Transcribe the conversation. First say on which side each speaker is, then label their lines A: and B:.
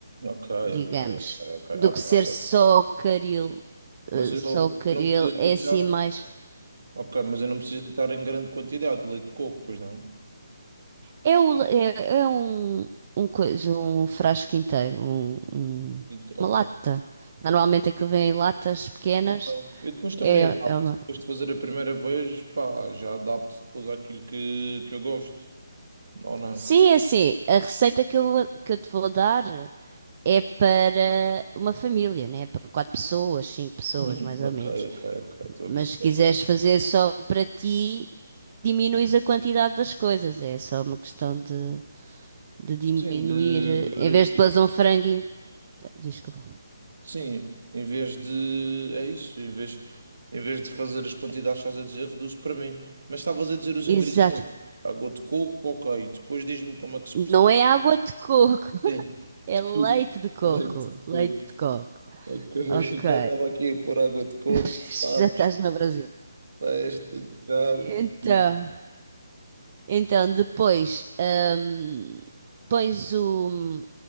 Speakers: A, on the right; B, on the right.
A: Ok,
B: digamos,
A: ok, ok, ok.
B: do
A: Ah,
B: que
A: pá,
B: ser só caril,
A: mas
B: eh,
A: eu
B: só caril,
A: não preciso
B: é
A: deitar,
B: assim mais...
A: ok, mas eu não preciso deitar em grande quantidade de leite de coco, pois não?
B: É, o- é- é um, um coisa, um frasco inteiro, um- um-
A: E- Ok,
B: uma lata. Normalmente aquilo vem em latas pequenas.
A: ok. Eu depois também
B: É,
A: adapto,
B: é uma...
A: depois de fazer a primeira vez, pá, já adapto depois àquilo que, que eu gosto, ou não?
B: Sim, é assim. A receita que eu, que eu te vou dar é para uma família, né? Para quatro pessoas, cinco pessoas,
A: <laughs>
B: mais
A: Ok,
B: ou menos.
A: ok, ok, estou
B: Mas
A: a perceber.
B: se quiseres fazer só para ti, diminuis a quantidade das coisas. É só uma questão de, de diminuir.
A: Sim, de,
B: eh,
A: de ver
B: Em vez
A: aqui.
B: de pôr um frango. in- Desculpa.
A: Sim, em vez de. É isso, em vez, em vez de fazer as quantidades que estás a dizer, reduz para mim. Mas estavas a dizer os
B: Exato.
A: ingredientes. Água de coco, ok. Depois diz-me como é que se
B: Não
A: processa.
B: é água de coco, <laughs>
A: Sim,
B: é
A: desculpa.
B: leite de coco.
A: Leite de coco,
B: Leite de coco.
A: ok. <laughs>
B: Ok.
A: Já estava aqui a pôr água de coco,
B: <laughs>
A: já sabes,
B: Já estás no Brasil.
A: festas e tal.
B: Então,
A: Diz-me.
B: então depois hum, pões o,